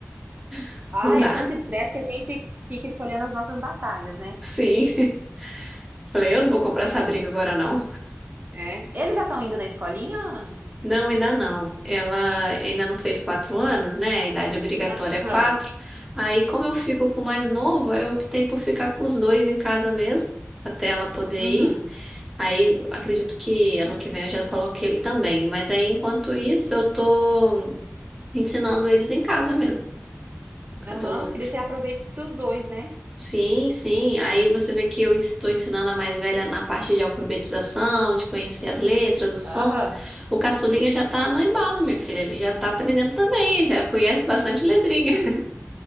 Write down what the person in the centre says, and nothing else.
<laughs>
não dá.
Sim. <laughs> Falei, eu não vou comprar essa briga agora não.
Não, ainda não. Ela ainda não fez quatro anos, né? A idade obrigatória
é quatro. Aí, como eu fico com o mais novo, eu optei por ficar com os dois em casa mesmo, até ela poder
ir. Aí acredito que ano que vem eu já coloquei ele também. Mas aí, enquanto isso, eu tô ensinando eles em casa mesmo.
Eu tô...
Sim, sim. Aí você vê que eu estou ensinando a mais velha na parte de alfabetização, de conhecer as letras, os sons.
O caçulinha já tá no embalo, minha filha. Ele já tá aprendendo também, já conhece bastante letrinha.
<laughs>